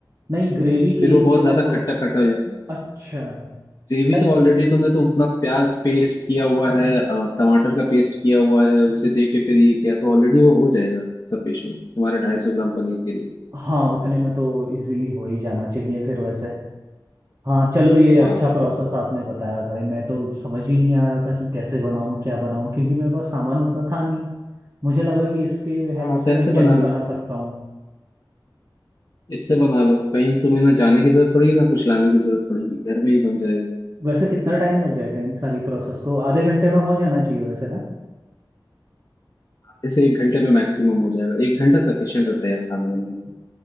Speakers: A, on the right; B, on the left.
A: नहीं ग्रेवी के
B: फिर वो
A: लिए
B: बहुत ज्यादा
A: मैं सोच
B: खट्टा खट्टा हो जाता है
A: अच्छा
B: ग्रेवी
A: नहीं
B: तो ऑलरेडी तुमने तो उतना प्याज पेस्ट किया हुआ है अ, टमाटर का पेस्ट किया हुआ है उसे दे के फिर ये किया तो ऑलरेडी वो हो जाएगा सफिशियंट तुम्हारे ढाई सौ ग्राम पनीर के लिए
A: हाँ उतने में तो इजीली हो ही जाना चाहिए फिर वैसे हाँ चलो ये अच्छा
B: हाँ बिल्कुल।
A: प्रोसेस आपने बताया भाई मैं तो समझ ही नहीं आ रहा था कि कैसे बनाऊँ क्या बनाऊँ क्योंकि मेरे पास सामान उतना था नहीं मुझे लगा कि इसके हेल्प
B: हाँ तो
A: से मैं
B: ऐसे
A: क्या
B: बना
A: ही
B: लो।
A: बना सकता हूँ
B: इससे बना लो कहीं तुम्हें ना जाने की जरूरत पड़ेगी ना कुछ लाने की जरूरत पड़ेगी घर में ही बन जाएगा
A: वैसे कितना टाइम लग जाएगा इन सारी प्रोसेस को आधे घंटे में हो जाना चाहिए वैसे ना
B: आधे से एक घंटे में मैक्सिमम हो जाएगा एक घंटा सफिशियंट होता है यार खाना बनने के लिए